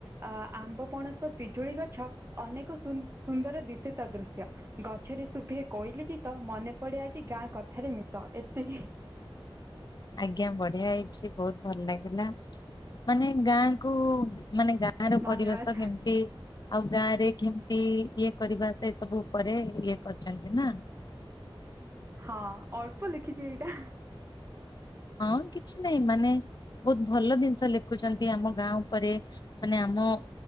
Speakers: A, on the right; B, on the left.
A: ଅ, ଆମ୍ବ ପଣସ ପିଜୁଳି ଗଛ ଅନେକ ସୁ ସୁନ୍ଦର ଦିଶେ ତା ଦୃଶ୍ୟ। ଗଛରେ ଶୁଭେ କୋଇଲି ଗୀତ। ମନେ ପଡେ ଆଜି ଗାଁ କଥାରେ ମିିତ। ଏତିକି।
B: ଆଜ୍ଞା ବଢିଆ ହେଇଛି ବହୁତ ଭଲ ଲାଗିଲା। ମାନେ ଗାଁ କୁ ମାନେ ଗାଁ ଗାଁ ର
A: ଧନ୍ୟବାଦ
B: ପରିବେଶ କେମତି ଆଉ ଗାଁ ରେ କିମିତି ଇଏ କରିବା, ସେ ସବୁ ଉପରେ ଇଏ କରିଛନ୍ତି ନା?
A: ହଁ ଅଳ୍ପ ଲେଖିଚି ଏଇଟା।
B: ହଁ କିଛି ନାଇଁ ମାନେ ବହୁତ ଭଲ ଜିନିଷ ଲେଖୁଛନ୍ତି ଆମ ଗାଁ ଉପରେ। ମାନେ ଆମ